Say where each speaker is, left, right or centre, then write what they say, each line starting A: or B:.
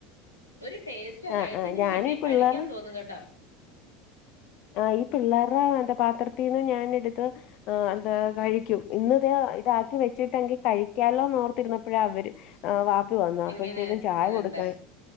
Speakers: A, on the left; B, on the left.
A: ഒരു ടേസ്റ്റാ
B: ആഹ്
A: കഴിച്ച്
B: ആഹ്
A: കഴിഞ്ഞാ
B: ഞാനും
A: പിന്നേം
B: ഈ പിള്ളേർ
A: കഴിക്ക്യാൻ തോന്നും കെട്ടോ
B: ആഹ് ഈ പിള്ളാര്ടെ എന്താ പാത്രത്തീന്ന് ഞാനെടുത്ത് ആഹ് എന്താ കഴിക്ക്യും ഇന്ന് ഇതാ ഇതാര്ക്ക് വെച്ചിട്ടെങ്കി കഴിക്ക്യാലോന്ന് ഓർത്തിര്ന്നപ്പഴാ അവര് ആ വാപ്പി വന്നു അപ്പോഴത്തേക്കും
A: ഇങ്ങനെ
B: ചായ
A: ഇതുണ്ടല്ലോ
B: കൊടുക്കാൻ